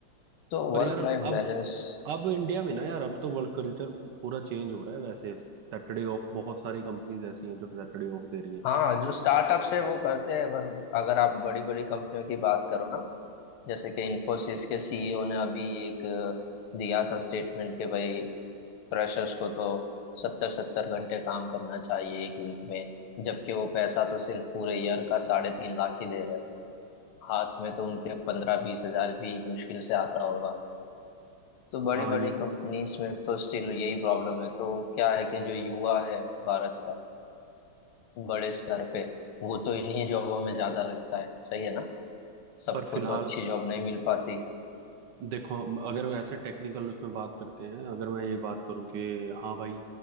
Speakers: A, on the left; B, on the right.
A: तो
B: पर
A: वर्क
B: यार
A: लाइफ
B: अब
A: बैलेंस
B: अब इंडिया में ना यार अब तो वर्क कल्चर पूरा चेंज हो रहा है वैसे सैटरडे ऑफ बहुत सारी कंपनीज ऐसी हैं जो सैटरडे ऑफ दे रही हैं
A: हाँ जो स्टार्टअप्स है वो करते हैं पर अगर आप बड़ी बड़ी कंपनियों की बात करो ना जैसे कि इंफोसिस के सीईओ ने अभी एक अ, दिया था स्टेटमेंट कि भाई फ्रेशर्स को तो सत्तर सत्तर घंटे काम करना चाहिए एक वीक में जबकि वो पैसा तो सिर्फ पूरे ईयर का साढ़े तीन लाख ही दे रहे हैं हाथ में तो उनके पंद्रह बीस हजार भी मुश्किल से आता होगा तो बड़ी
B: हाँ
A: बड़ी
B: ये
A: कंपनीज
B: तो
A: में तो स्टिल यही प्रॉब्लम है तो क्या है कि जो युवा है भारत का बड़े स्तर पे वो तो इन्हीं जॉबों में ज्यादा लगता है सही है ना सबको
B: पर फिलहाल
A: तो अच्छी जॉब नहीं मिल पाती
B: देखो अगर ऐसे टेक्निकल उसमें बात करते हैं अगर मैं ये बात करूं कि हाँ भाई